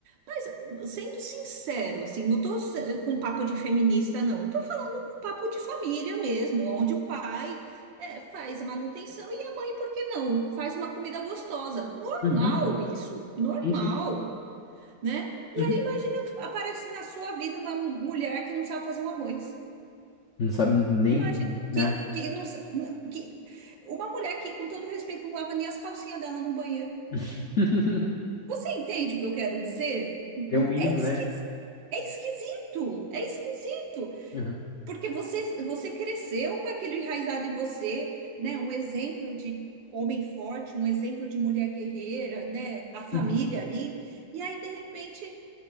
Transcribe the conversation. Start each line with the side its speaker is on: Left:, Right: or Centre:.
Right: Mas sendo sincero, assim, não tô se- com papo de feminista, não. Eu tô falando com papo de família mesmo, onde o pai é, faz a manutenção e a mãe, por que não? Faz uma comida gostosa. Normal
Left: uhum,
Right: isso, normal,
Left: sim, sim,
Right: né? E
Left: uhum.
Right: aí, imagina, aparece na sua vida uma mulher que não sabe fazer um arroz.
Left: Não sabe nem,
Right: Imagina,
Left: né?
Right: que, que não, sa- não- que uma mulher que, com todo respeito, não lava nem as calcinhas dela no banheiro.
Left: <laughs>
Right: Você entende o que eu quero dizer?
Left: Tem um mínimo,
Right: É esquisito,
Left: né?
Right: é esquisito, é esquisito.
Left: Uhum,
Right: Porque você, você cresceu com aquilo enraizado em você, né? Um exemplo de homem forte, um exemplo de mulher guerreira, né? A família
Left: uhum.
Right: ali. E aí, de repente,